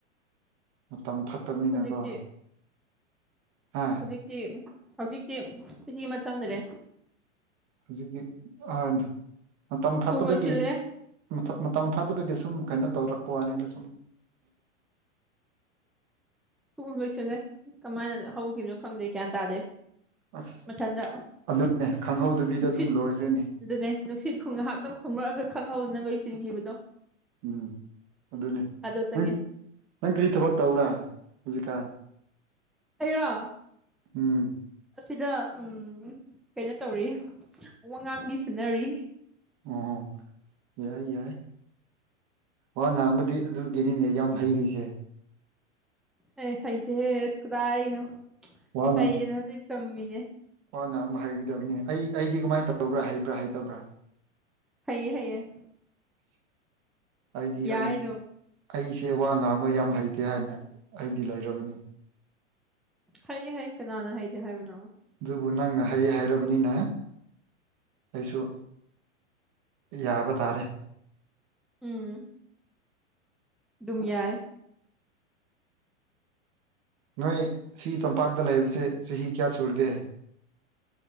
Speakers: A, on the right; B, in the centre.
A: ꯃꯇꯝ ꯐꯠꯇꯕꯅꯤꯅꯀꯣ
B: ꯍꯧꯖꯤꯛꯇꯤ
A: ꯍꯥ
B: ꯍꯧꯖꯤꯛꯇꯤ ꯍꯧꯖꯤꯛꯇꯤ ꯆꯍꯤ ꯑꯃ ꯆꯪꯗꯔꯦ
A: ꯍꯧꯖꯤꯛꯀꯤ ꯑ ꯃꯇꯝ ꯐꯠꯇꯕꯒꯤ
B: ꯊꯨ ꯂꯣꯏꯁꯤꯜꯂꯦ
A: ꯃꯥ ꯃꯇꯝ ꯐꯥꯠꯇꯕꯒꯤ ꯁꯨꯝ ꯀꯩꯅꯣ ꯇꯧꯔꯛꯄ ꯋꯥꯅꯤꯗ ꯁꯨꯝ
B: ꯊꯣꯡ ꯂꯣꯏꯁꯜꯂꯦ ꯀꯃꯥꯏꯅ ꯍꯧꯈꯤꯕꯅꯣ ꯈꯪꯗꯦ ꯒ꯭ꯌꯥꯟ ꯇꯥꯗꯦ
A: ꯑꯁ
B: ꯃꯊꯟꯗ
A: ꯑꯗꯨꯅꯦ ꯈꯪꯍꯧꯗꯕꯤꯗ
B: ꯅꯨꯡꯁꯤꯠ
A: ꯑꯗꯨꯝ ꯂꯣꯏꯈ꯭ꯔꯦꯅꯦ
B: ꯑꯗꯨꯅꯦ ꯅꯨꯡꯁꯤꯠ ꯍꯨꯝ ꯉꯥꯏꯍꯥꯛꯇꯪ ꯈꯨꯝꯔꯛꯑꯒ ꯈꯪꯍꯧꯗꯅ ꯂꯣꯏꯁꯤꯟꯈꯤꯕꯗꯣ
A: ꯎꯝ ꯑꯗꯨꯅꯦ
B: ꯑꯗꯣ ꯆꯪꯉꯦ
A: ꯅꯪ ꯅꯪ ꯀꯔꯤ ꯊꯕꯛ ꯇꯧꯕꯔꯥ ꯍꯧꯖꯤꯛꯀꯥꯟ
B: ꯑꯩꯔꯣ
A: ꯎꯝ
B: ꯑꯁꯤꯗ ꯎꯝ ꯀꯩꯅꯣ ꯇꯧꯔꯤ ꯋꯥ ꯉꯥꯡꯕꯤ ꯁꯟꯅꯔꯤ
A: ꯑꯥ ꯌꯥꯏꯌꯥꯏ ꯋꯥ ꯉꯥꯡꯕꯗꯤ ꯑꯗꯨꯒꯤꯅꯤꯅꯦ ꯌꯥꯝ ꯍꯩꯔꯤꯁꯦ
B: ꯑꯩ ꯍꯩꯇꯦꯍꯦ ꯑꯁ ꯀꯗꯥꯏꯅꯣ
A: ꯋꯥ
B: ꯍꯩꯗꯅ ꯍꯧꯖꯤꯛ ꯇꯝꯃꯤꯅꯦ
A: ꯋꯥ ꯉꯥꯡꯕ ꯍꯩꯒꯗꯕꯅꯤ ꯑꯩ ꯑꯩꯗꯤ ꯀꯃꯥꯏꯅ ꯇꯧꯕ꯭ꯔꯥ ꯍꯩꯕ꯭ꯔꯥ ꯍꯩꯇꯕ꯭ꯔꯥ
B: ꯍꯩꯌꯦ ꯍꯩꯌꯦ
A: ꯑꯩꯗꯤ
B: ꯌꯥꯏ
A: ꯑꯩ
B: ꯑꯗꯨꯝ
A: ꯑꯩꯁꯦ ꯋꯥ ꯉꯥꯡꯕ ꯌꯥꯝ ꯍꯩꯇꯦ ꯍꯥꯏꯅ ꯑꯩꯗꯤ ꯂꯩꯔꯕꯅꯤ
B: ꯍꯩꯌꯦ ꯍꯩ ꯀꯅꯥꯅ ꯍꯩꯇꯦ ꯍꯥꯏꯕꯅꯣ
A: ꯑꯗꯨꯕꯨ ꯅꯪꯅ ꯍꯩꯌꯦ ꯍꯥꯏꯔꯕꯅꯤꯅ ꯑꯩꯁꯨ ꯌꯥꯕ ꯇꯥꯔꯦ
B: ꯎꯝ ꯗꯨꯝ ꯌꯥꯥꯏ
A: ꯅꯣꯏ ꯁꯤ ꯇꯝꯄꯥꯛꯇ ꯂꯩꯕꯁꯦ ꯆꯍꯤ ꯀꯌꯥ ꯁꯨꯔꯒꯦ